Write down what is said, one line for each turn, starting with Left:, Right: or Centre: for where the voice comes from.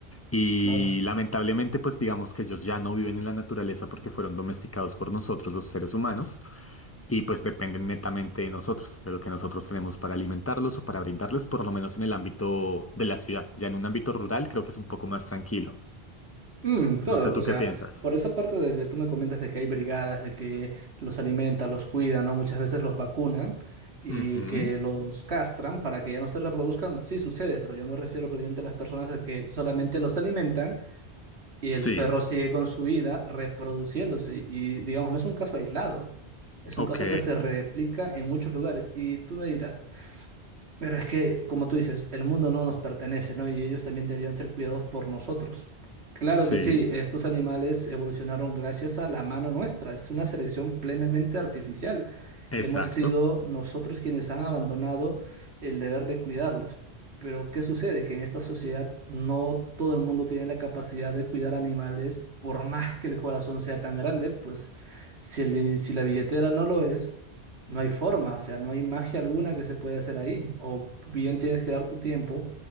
Left: Y
Right: Claro.
Left: lamentablemente, pues digamos que ellos ya no viven en la naturaleza porque fueron domesticados por nosotros, los seres humanos. Y pues dependen netamente de nosotros, de lo que nosotros tenemos para alimentarlos o para brindarles, por lo menos en el ámbito de la ciudad. Ya en un ámbito rural creo que es un poco más tranquilo.
Right: Mm, claro,
Left: No sé
Right: o
Left: tú
Right: sea,
Left: qué piensas.
Right: por esa parte de que tú me comentas de que hay brigadas, de que los alimenta, los cuida, ¿no? Muchas veces los vacunan y
Left: Ujú.
Right: que los castran para que ya no se reproduzcan, sí sucede, pero yo me refiero prácticamente a las personas a que solamente los alimentan y
Left: Sí,
Right: el perro sigue con su vida reproduciéndose. Y digamos, no es un caso aislado. Es un
Left: ok,
Right: caso que se replica en muchos lugares. Y tú me dirás, pero es que, como tú dices, el mundo no nos pertenece, ¿no? Y ellos también deberían ser cuidados por nosotros. Claro
Left: sí,
Right: que sí, estos animales evolucionaron gracias a la mano nuestra. Es una selección plenamente artificial.
Left: exacto.
Right: Hemos sido nosotros quienes han abandonado el deber de cuidarlos. Pero ¿qué sucede? Que en esta sociedad no todo el mundo tiene la capacidad de cuidar animales, por más que el corazón sea tan grande, pues si, el din- si la billetera no lo es, no hay forma, o sea, no hay magia alguna que se pueda hacer ahí. O bien tienes que dar tu tiempo